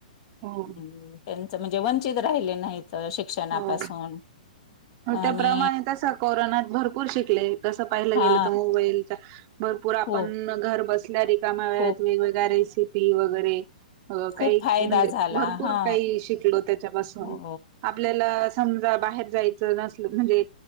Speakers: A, on the right; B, on the left.
A: हो
B: हम्म त्यां म्हणजे वंचित राहिले नाहीत. शिक्षणापासून
A: हो
B: आणि
A: त्याप्रमाणे तस कोरोना भरपूर शिकले कस पाहिलं
B: हा
A: गेलं तर मोबाईलचा भरपूर आपण
B: खूप
A: घर बस ल्या रिकाम्या वेळेत
B: खूप
A: वेगवेगळ्या रेसी टी वगैरे अ काही
B: खूप फायदा
A: म्हणजे
B: झाला
A: भरपूर
B: हा
A: काही शिकलो त्याच्यापासून
B: हो
A: आपल्याला समजा बाहेर जायच च नसलं म्हणजे